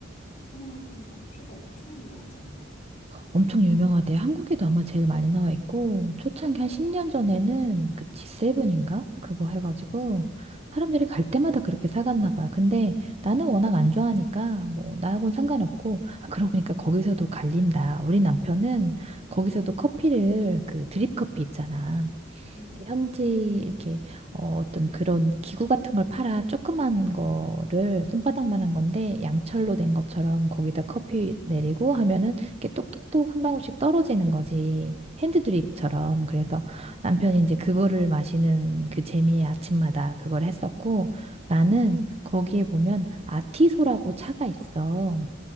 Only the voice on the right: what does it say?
엄청 유명하대. 한국에도 아마 제일 많이 나와 있고, 초창기
한 10년 전에는 그 G7인가?
그거 해가지고, 사람들이 갈 때마다 그렇게 사갔나 봐. 근데 나는 워낙 안 좋아하니까, 뭐, 나하고는 상관없고, 아, 그러고 보니까 거기서도 갈린다. 우리 남편은 거기서도 커피를, 그 드립 커피 있잖아.
현지 이렇게 어, 어떤 그런 기구 같은 걸 팔아 조그만 거를 손바닥만한 건데 양철로 된 것처럼 거기다 커피 내리고 하면은 이렇게 똑똑똑 한 방울씩 떨어지는 거지 핸드드립처럼
그래서
남편이 이제 그거를 마시는 그 재미에 아침마다 그걸 했었고 나는 거기에 보면 아티소라고 차가 있어